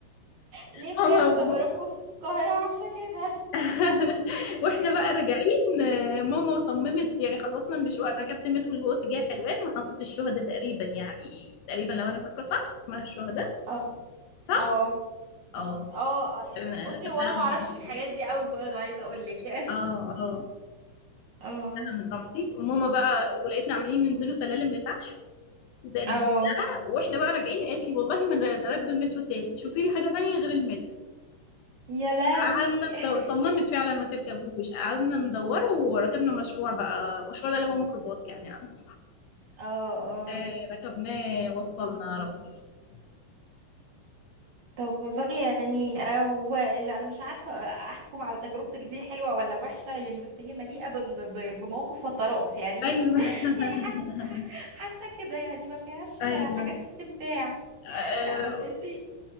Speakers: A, on the right; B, on the left.
A: ليه بجد
B: <laughs> ماما وم...
A: تجاربكم في القاهرة وحشة كده
B: <laughs> واحنا بقى راجعين آه، ماما صممت يعني خلصنا المشوار ركبت المترو اللي هو اتجاه حلوان محطة الشهداء تقريبا يعني تقريبا لو انا فاكرة صح اسمها الشهداء
A: اه
B: صح
A: اه
B: اه
A: اه
B: انا
A: بصي
B: أنا كان
A: هو
B: بتاع
A: انا ما اعرفش
B: رمسيس
A: في الحاجات دي قوي برضو عايزة اقول لك يعني
B: اه اه
A: اه
B: انا من رمسيس وماما بقى ولقيتنا عمالين ننزلوا سلالم لتحت زائد
A: اه
B: زق. واحنا بقى راجعين قالت لي والله ما انا راكبه المترو تاني شوفي لي حاجه تانية غير المترو
A: يا لهوي
B: قعدنا
A: <laughs>
B: ندور صممت فعلا ما تركبوش قعدنا ندور وركبنا مشروع بقى المشروع ده اللي هو ميكروباص يعني عندنا
A: اه اه
B: آه ركبناه وصلنا رمسيس
A: طب والله يعني آه، هو لا انا مش عارفه آه، احكم على تجربتك دي حلوه ولا وحشه يعني بس هي مليئه بال- ب- بمواقف وطرائف يعني
B: ايوه
A: <laughs> يعني
B: <laughs>
A: حاسه حاسه كده يعني ما فيهاش
B: ايوه
A: حاجات استمتاع
B: آه
A: لا بس انت